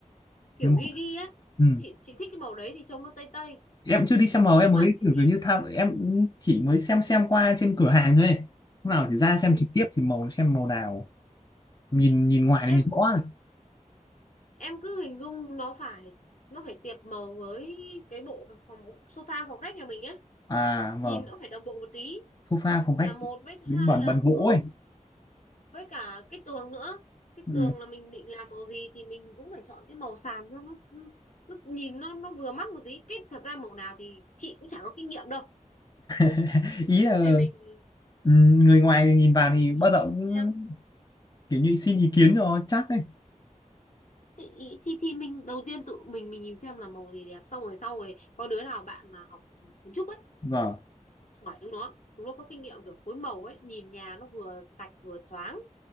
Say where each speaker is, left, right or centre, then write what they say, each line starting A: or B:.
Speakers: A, on the left; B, on the left.
A: kiểu
B: Cái màu-
A: ghi ghi ấy
B: ừ.
A: chị chị thích cái màu đấy thì trông nó tây tây
B: em chưa đi xem màu
A: nhưng
B: em mới
A: mà thế
B: kiểu
A: thì
B: kiểu như tham em cũng chỉ mới xem xem qua trên cửa hàng thôi lúc nào thì ra xem
A: ừ,
B: trực tiếp thì màu xem màu nào nhìn nhìn ngoài
A: em
B: thì mình rõ rồi.
A: em cứ hình dung nó phải nó phải tiệp màu với cái bộ phòng bộ- sofa phòng khách nhà mình ấy
B: à vâng
A: nhìn nó phải đồng bộ một tí
B: phô pha phong cách
A: là một với thứ
B: bẩn
A: hai là
B: bẩn gỗ
A: ừ
B: ấy
A: với cả cái tường nữa cái
B: ừ.
A: tường là mình định làm màu gì thì mình cũng phải chọn cái màu sàn cho nó ừ, nó nhìn nó nó vừa mắt một tí cái thật ra màu nào thì chị cũng chả có kinh nghiệm đâu
B: <laughs> ý là
A: thì mình
B: ừ, người ngoài nhìn vào thì
A: mình
B: bao
A: nhìn
B: giờ cũng
A: xem
B: kiểu như xin ý kiến cho chắc ấy
A: thì, ý- thì thì mình đầu tiên tự mình mình nhìn xem là màu gì đẹp xong rồi sau rồi có đứa nào bạn mà học kiến trúc ấy
B: vâng
A: hỏi chúng nó chúng nó có kinh nghiệm kiểu phối màu ấy nhìn nhà nó vừa sạch vừa thoáng